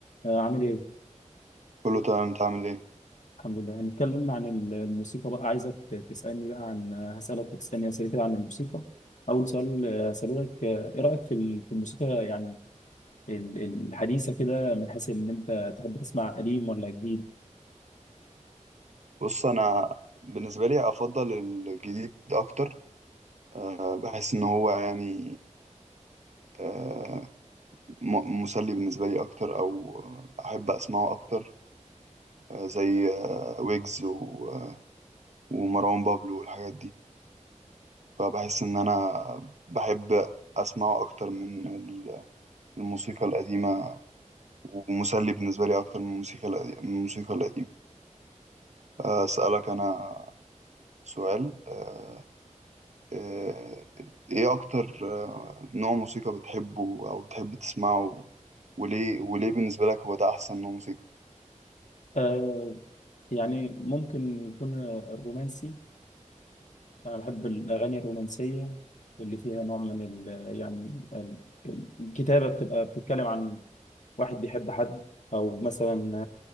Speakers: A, on the left; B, on the right.
A: آه، عامل ايه؟
B: كله تمام انت عامل ايه
A: الحمد لله هنتكلم عن ال- الموسيقى بقى عايزك تسألني بقى عن هسألك وتسألني أسئلة كده عن الموسيقى أول سؤال آه، هسأله لك آه، إيه رأيك في ال- في الموسيقى يعني ال- ال- الحديثة كده من حيث إن أنت تحب تسمع قديم ولا جديد؟
B: بص انا بالنسبه لي افضل الجديد اكتر أه بحس ان هو يعني أه م- مسلي بالنسبه لي اكتر او احب اسمعه اكتر أه زي أه ويجز و- آه، ومروان بابلو والحاجات دي فبحس ان انا بحب اسمعه اكتر من ال- الموسيقى القديمه ومسلي بالنسبه لي اكتر من الموسيقى القديمه من الموسيقى القديمه آه، اسالك انا سؤال أه آه، ايه اكتر آه، نوع موسيقى بتحبه او بتحب تسمعه وليه وليه بالنسبة لك هو ده احسن نوع موسيقى
A: آه، يعني ممكن يكون الرومانسي أنا بحب الأغاني الرومانسية اللي فيها نوع من ال يعني ال- الكتابة بتبقى بتتكلم عن واحد بيحب حد او مثلا